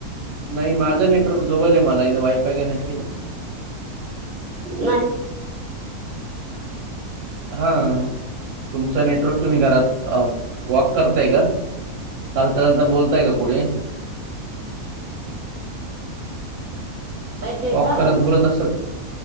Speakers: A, on the right; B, on the right.
A: <unintelligible> नाही माझं नेटवर्क दुबल ये मला इथे वायफाय कनेक्ट केलं.
B: नाय.
A: हा तुमच नेटवर्क तुम्ही घरात वॉक करताय का? चालता चालता बोलताय का कुठे?
B: आता येते
A: वॉक
B: का आवाज
A: करत बोलत असल तर